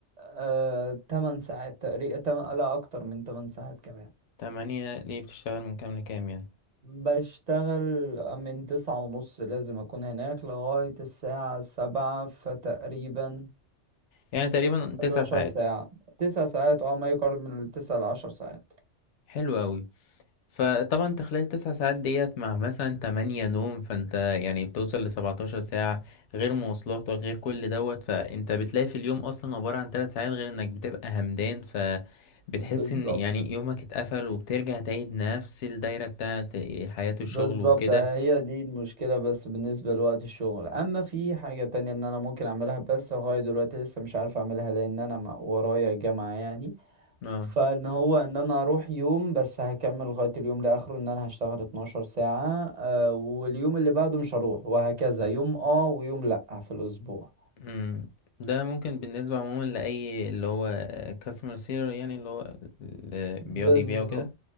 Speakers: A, on the right; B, on the left.
A: آه، 8 ساعات تقريبا لا أكتر من 8 ساعات كمان
B: تمانية ليه بتشتغل من كام لكام يعني؟
A: بشتغل من تسعة ونص لازم أكون هناك لغاية الساعة سبعة فتقريبا
B: يعني تقريبا
A: 11
B: تسع ساعات
A: ساعة تسع ساعات اه ما يقارب من التسع لعشر ساعات
B: حلو أوي فطبعا انت خلال تسع ساعات ديت مع مثلا تمانية نوم فانت يعني بتوصل لسبعتاشر ساعة غير مواصلات وغير كل دوت فانت بتلاقي في اليوم أصلا عبارة عن تلات ساعات غير انك بتبقى همدان فبتحس
A: بالظبط
B: ان يعني يومك اتقفل وبترجع تعيد نفس الدايرة بتاعت حياة الشغل
A: بالظبط
B: وكده
A: هي دي المشكلة بس بالنسبة لوقت الشغل أما في حاجة تانية إن أنا ممكن أعملها بس لغاية دلوقتي لسه مش عارف أعملها لأن أنا ما- ورايا جامعة يعني
B: اه
A: فان هو ان انا اروح يوم بس هكمل لغاية اليوم لاخره ان انا هشتغل 12 ساعة آه، واليوم اللي بعده مش هروح وهكذا يوم اه ويوم لا في الاسبوع
B: امم ده ممكن بالنسبة عموما لأي اللي هو كاستمر سيلر يعني اللي هو اللي بيقعد
A: بالظبط
B: يبيع وكده